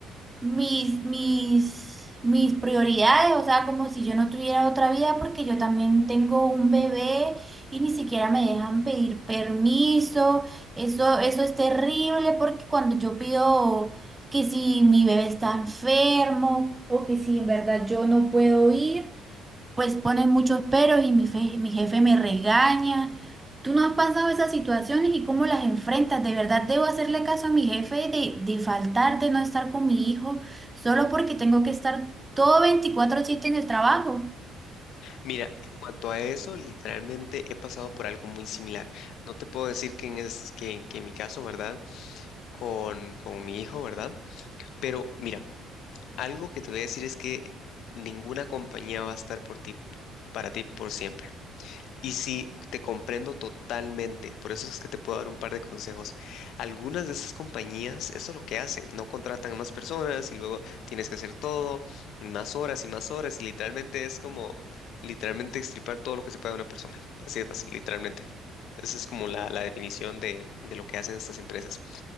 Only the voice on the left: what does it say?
Mira, en cuanto a eso, literalmente he pasado por algo muy similar. No te puedo decir que en, es, que, en- que en mi caso, ¿verdad? con, con mi hijo, ¿verdad? Pero mira, algo que te voy a decir es que ninguna compañía va a estar por ti, para ti por siempre. Y sí, te comprendo totalmente, por eso es que te puedo dar un par de consejos. Algunas de esas compañías, eso es lo que hacen, no contratan a más personas y luego tienes que hacer todo, y más horas y más horas, y literalmente es como, literalmente extirpar todo lo que se puede de una persona, así de fácil, literalmente. Esa es como la, la definición de, de lo que hacen estas empresas.